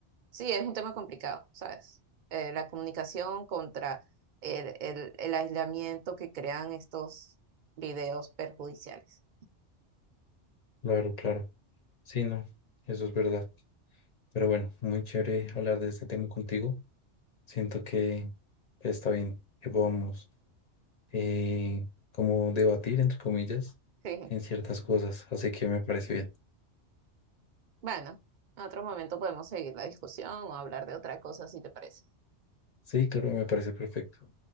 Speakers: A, on the right; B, on the left.
A: Sí, es un tema complicado, ¿sabes? Eh, la comunicación contra el, el- el aislamiento que crean estos videos perjudiciales.
B: claro, claro. Sí, no, eso es verdad. Pero bueno, muy chévere hablar de este tema contigo. Siento que está bien que podamos eh, como debatir, entre comillas,
A: <laughs> Sí.
B: en ciertas cosas. Así que me parece bien.
A: Bueno, en otro momento podemos seguir la discusión o hablar de otra cosa si te parece.
B: Sí, claro, me parece perfecto.